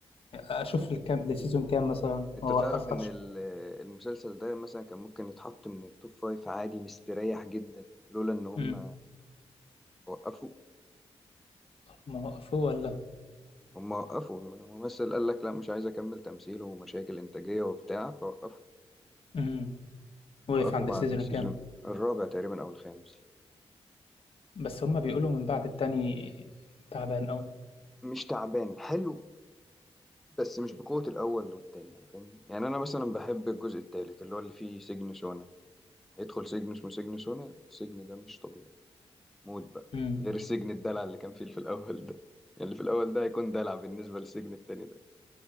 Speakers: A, on the left; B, in the centre.
A: اشوف الكام لسيزون كام مثلا
B: انت
A: واوقفهاش
B: تعرف ان ال- المسلسل ده مثلا كان ممكن يتحط من التوب فايف عادي مستريح جدا لولا ان هم
A: امم
B: وقفوا
A: ما وقفوه ولا
B: هم وقفوا الممثل قال لك لا مش عايز اكمل تمثيل ومشاكل انتاجية وبتاع فوقفوا
A: امم وقف
B: وقفوا
A: عند
B: بعد
A: السيزون
B: السيزون
A: كام
B: الرابع تقريبا او الخامس
A: بس هما بيقولوا من بعد التاني تعبان قوي
B: مش تعبان حلو بس مش بقوة الاول والتاني يعني فاهم يعني انا مثلا بحب الجزء التالت اللي هو اللي فيه سجن سونا هيدخل سجن اسمه سجن سونا السجن ده مش طبيعي موت بقى
A: امم
B: غير سجن الدلع اللي كان فيه في الأول ده يعني اللي في الأول ده هيكون دلع بالنسبة للسجن التاني ده